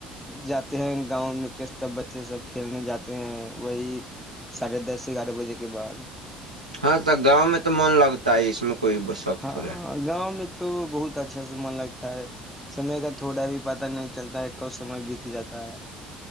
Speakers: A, in the centre; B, on the right (about 80°).
A: جاتے ہیں گاؤں میں کے سب بچے سب کھیلنے جاتے ہیں وہی ساھے دس گیارہ بجے کے بعد
B: ہاں تو گاؤں میں تو من لگتا ہے اس میں کوئی شک
A: ہاں
B: تھوڑا ہے۔
A: گاؤں میں <unintelligible> تو بہت اچھا س من لگتا ہے سمے کا تھوڑا بھی پتا نہیں چلتا ہے کب سمے بیت جاتا ہے <unintelligible>